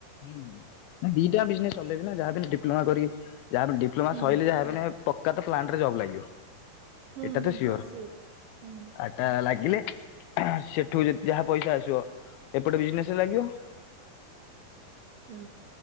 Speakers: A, on the left (about 80°); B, on the right (about 70°).
A: ହୁଁ ଦିଟା ଆଙ୍କ ବିଜନେସ ଚଲେଇବି ନା ଯାହା ହେଲେ ବି ଡିପ୍ଲୋମା କରି ଯାହା ବି ଡିପ୍ଲୋମା
B: ହୁଁ
A: ସରିଲେ ଯାହା ପକ୍କା ତ ପ୍ଲାଣ୍ଟ ରେ ଜବ୍ ଲାଗିବ।
B: ହୁଁ
A: ଏଇଟା
B: ହୁଁ
A: ତ ସିଓର
B: ହଁ ହୁଁ
A: ଆଟା ଲା ହେଲେ ସେଠୁ ଯାହା ପଇସା ଆସିବ ଏପଟେ ବିଜନେସରେ ଲାଗିବ।
B: ହୁଁ।